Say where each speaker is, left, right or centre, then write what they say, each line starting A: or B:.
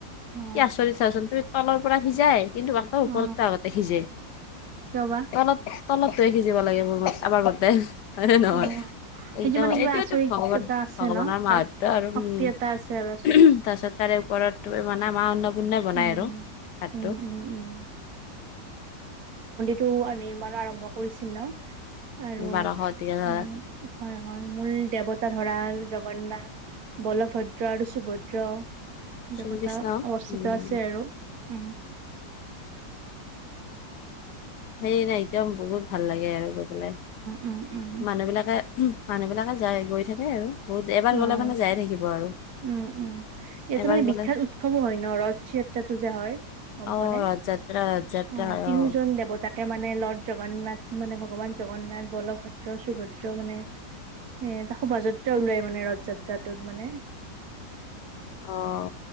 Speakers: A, on the right; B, on the left.
A: অ
B: কি আচৰিত চোৱাচোন তুমি তলৰ পৰা সিজাই কিন্তু আকৌ ওপৰততো
A: অ
B: আগতে সিজে
A: কিয় বা
B: তলত তলৰটোয়ে সিজিব লাগে, মোৰ আমাৰ মতে হয়নে নহয়?
A: অ সেইটো
B: একদম
A: মানে কিবা
B: এইটোয়ো
A: আচৰিত
B: ভগৱান
A: এটা আছে
B: ভগৱানৰ
A: ন তাত
B: মাহত আৰু
A: শক্তি
B: উম,
A: এটা আছে আৰু আচৰিত
B: তাৰপিছত তাৰে ওপৰত <unintelligible> মা অন্নপূৰ্ণে বনাই
A: উম
B: আৰু ভাতটো।
A: উম উম উম টো নিৰ্মাণো আৰম্ভ কৰিছিল ন? আৰু
B: বাৰশ গতিকে ধৰা
A: উ হয়, হয়, মূল দেৱতা ধৰা জগন্নাথ। বলভদ্ৰ আৰু সুভদ্ৰ দেৱ
B: শ্ৰীকৃষ্ণ
A: টা অৱস্থিতত
B: উম
A: আছে আৰু। উম <unintelligible>
B: সেই নাই একদম বহুত ভাল লাগে আৰু। বোলে
A: উম, উম,
B: মানুহ বিলাকে মানুহ বিলাকে যায়, গৈ থাকে আৰু। বহুত এবাৰ
A: অ',
B: গলে মানে যায় থাকিব আৰু।
A: উম, উম। ইয়াতে
B: এবাৰ
A: মানে
B: গ'লে
A: বিখ্যয়াত উৎসৱো হয় ন ৰথ য়াত্ৰাতটো যে হয়! গম
B: অহ,
A: পোৱা নে?
B: ৰথযাত্ৰা ৰথযাত্ৰা
A: অ',
B: হয়
A: তিনিওজন
B: অহ।
A: <unintelligible> লৰ্ড জগন্নাথ মানে ভগৱান জগন্নাথ বলভদ্ৰ সুভদ্ৰ মানে এ এটা শোভাযাত্ৰা ওলাই মানে ৰথযাত্ৰাটোত মানে।
B: অহ।